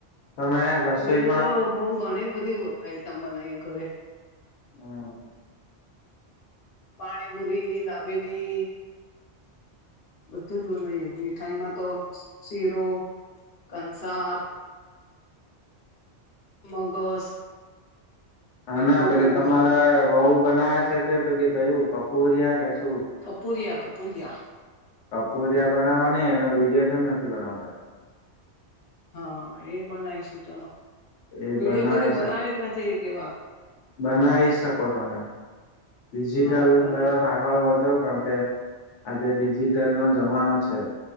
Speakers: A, on the left; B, on the left.
A: તમે રસોઈમાં
B: બીજું તો બહ ઘણી બધી આઈટમ બનાવી ઘરે.
A: હમ.
B: પાણીપુરી દાબેલી. બધું જ બનાયએ મીઠાઈમાં તો શીરું કંસાર મગસ
A: હ
B: મીઠું
A: ના પેલી
B: કોઈને
A: તમારે
B: ભાવે
A: વહુ બનાવે છે તે પેલી કયું કપૂરિયા કે શું
B: કપૂરિયા કપૂરિયા
A: કોરિયા બનાવાની એનો વિડીિયો કેમ નથી બનાવતા?
B: હા, એ બનાવીશું ચલો
A: એ
B: વિડીિયો
A: બનાવી
B: કદી બનાવે
A: શક
B: જ નથી એવા
A: બનાવી શકો તમે. ડિજિટલ
B: હા બનાવીશું
A: તરફ આગળ વધો કારણકે આજે ડિજિટલ નો જમાનો છે.